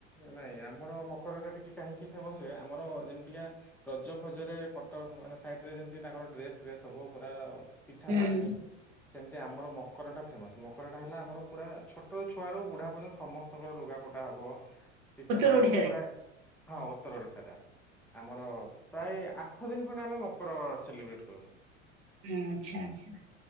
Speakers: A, in the centre; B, on the right.
A: ନାଇଁ ଆମର ମକରଟା ଟିକେ କାହିଁକି ଫେମସ ହୁଏ ଆମର ଯେମିତିକା ରଜ ଫଜରେ କଟକ ମାନେ ସାଇଟି ରେ ଯେମତି ତାଙ୍କର ଡ୍ରେସ ଫ୍ରେସ୍ ସବୁ ପୁରା ପିଠା
B: ହୁଁ
A: ପଣା ହେଇକି ସେମିତି ଆମର ମକରଟା ଫେମସ ମକରଟା ହେଲା ଆମର ପୁରା ଛୋଟ ଛୁଆରୁ ବୁଢା ପର୍ଯ୍ୟନ୍ତ ସମସ୍ତେ ମକର ଲୁଗା ପଟା ହବ ପିଠାପଣା
B: ଉତ୍ତର ଓଡିଶାରେ
A: ହେବ ପୁରା ହଁ ଉତ୍ତର ଓଡ଼ିଶାଟା ଆମର ପ୍ରାୟ ଆଠ ଦିନ ଖଣ୍ଡେ ଆମେ ମକର ସେଲିବ୍ରେଟ କରୁ।
B: ହୁଁ ଆଚ୍ଛା ଆଚ୍ଛା।